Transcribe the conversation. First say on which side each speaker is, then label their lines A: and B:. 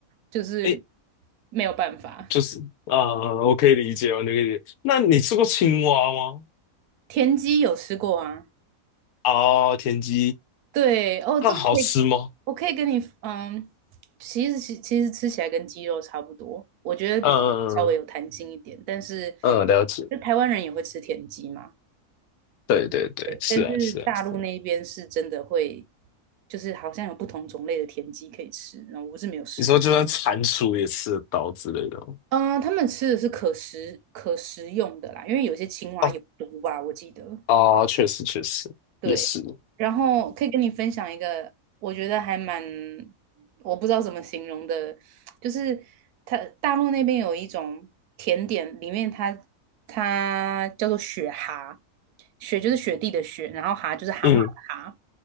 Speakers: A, on the right; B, on the left.
A: 就是
B: 哎，
A: 没有办法。
B: 就是啊、呃我可以理解，我可以理解。那你吃过青蛙吗？
A: 田鸡有吃过啊？
B: 哦，田鸡，
A: 对，哦，这个可以，
B: 那好吃吗？
A: 我可以跟你，嗯，其实其其实吃起来跟鸡肉差不多，我觉得比稍微有弹性一点，
B: 嗯
A: 但是
B: 嗯，了解，
A: 就台湾人也会吃田鸡嘛。
B: 对对对，是啊是啊是啊。
A: 但是大陆那边是真的会，就是好像有不同种类的田鸡可以吃，然后我是没有试过。
B: 你说就算蟾蜍也吃刀之类的吗
A: 嗯、呃他们吃的是可食可食用的啦，因为有些青蛙有毒吧，
B: 哦
A: 我记得。
B: 哦，确实确实也是。
A: 对，然后可以跟你分享一个，我觉得还蛮，我不知道怎么形容的，就是它大陆那边有一种甜点，里面它它叫做雪蛤，雪就是雪地的雪，然后蛤就是蛤蟆的蛤，
B: 嗯
A: 然